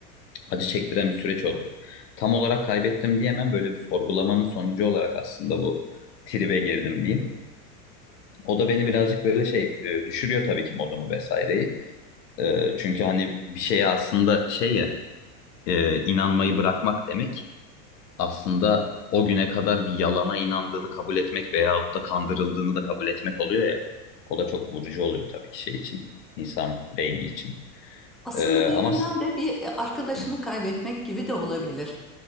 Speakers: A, on the left (about 80°); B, in the centre.
A: acı çektiren bir süreç oldu. Tam olarak kaybettim diyemem böyle bir sorgulamanın sonucu olarak aslında bu tribe girdim diyeyim. O da beni birazcık böyle şey e, düşürüyor tabii ki modumu vesaireyi. E, çünkü hani bir şeye aslında şey ya e, inanmayı bırakmak demek aslında o güne kadar bir yalana inandığını kabul etmek veyahut da kandırıldığını da kabul etmek oluyor ya. O da çok vurucu oluyor tabii ki şey için. insan beyni için.
B: Aslında
A: E,
B: bir
A: ama
B: yönden
A: s-
B: de bir e, arkadaşını
A: hı,
B: kaybetmek gibi de olabilir.